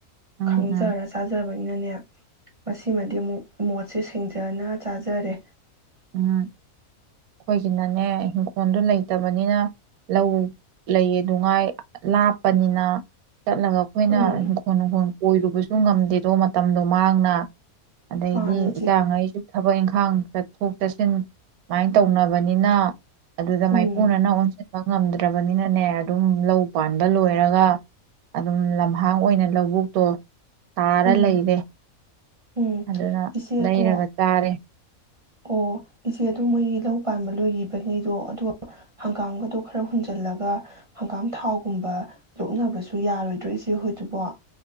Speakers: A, on the right; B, on the right.
A: ꯎꯝ
B: <unintelligible> ꯈꯪꯖꯔ
A: ꯎꯝ
B: ꯆꯥꯖꯕꯅꯤ ꯅꯅꯦ ꯃꯁꯤꯃꯗꯤ ꯑꯃꯨꯛ ꯃꯣꯠꯁꯦ ꯁꯦꯡꯖꯅ ꯆꯥꯖꯔꯦ
A: ꯎꯝ ꯑꯩꯈꯣꯏꯒꯤꯅꯅꯦ ꯏꯪꯈꯣꯜꯗꯣ ꯂꯩꯇꯕꯅꯤꯅ ꯂꯧ ꯂꯩꯌꯦꯗꯨ ꯉꯥꯏ ꯂꯥꯞꯄꯅꯤꯅ ꯆꯠꯂꯒ ꯑꯩꯈꯣꯏꯅ
B: ꯎꯝ
A: ꯏꯤꯡꯈꯣꯜ ꯅꯨꯡꯈꯣꯜ ꯀꯣꯏꯔꯨꯕꯁꯨ ꯉꯝꯗꯦꯗꯣ ꯃꯇꯝꯗꯣ ꯃꯥꯡꯅ ꯑꯗꯩꯗꯤ
B: ꯃꯥꯅꯤ ꯏꯆꯦ
A: ꯏꯆꯥꯉꯩꯁꯨ ꯊꯕꯛ ꯏꯪꯈꯥꯡ ꯆꯠꯊꯣꯛ ꯆꯠꯁꯤꯟ ꯁꯨꯃꯥꯏꯅ ꯇꯧꯅꯕꯅꯤꯅ ꯑꯗꯨꯗ
B: ꯎꯝ
A: ꯃꯥꯏꯄꯨꯅꯅ ꯑꯣꯟ ꯉꯝꯗ꯭ꯔꯕꯅꯤꯅꯅꯦ ꯑꯗꯨꯝ ꯂꯧ ꯄꯥꯟꯕ ꯂꯣꯏꯔꯒ ꯑꯗꯨꯝ ꯂꯝꯍꯥꯡ ꯑꯣꯏꯅ ꯂꯧꯕꯨꯛꯇꯣ ꯇꯥꯔ
B: ꯎꯝ
A: ꯂꯩꯔꯦ
B: ꯎꯝ
A: ꯑꯗꯨꯅ
B: ꯏꯆꯦ
A: ꯂꯩꯔꯒ
B: ꯑꯗꯣ
A: ꯆꯥꯔꯦ
B: ꯑꯣ ꯏꯆꯦ ꯑꯗꯨ ꯃꯣꯏꯒꯤ ꯂꯧ ꯄꯥꯟꯕ ꯂꯣꯏꯒꯤꯕꯉꯩꯗꯣ ꯑꯗꯣ ꯍꯪꯒꯥꯝꯒꯗꯣ ꯈꯔ ꯍꯨꯟꯖꯜꯂꯒ ꯍꯪꯒꯥꯝ ꯊꯥꯎꯒꯨꯝꯕ ꯂꯣꯛꯅꯕꯁꯨ ꯌꯥꯔꯣꯏꯗ꯭ꯔꯣ ꯏꯆꯦ ꯍꯣꯏꯗꯨꯕꯣ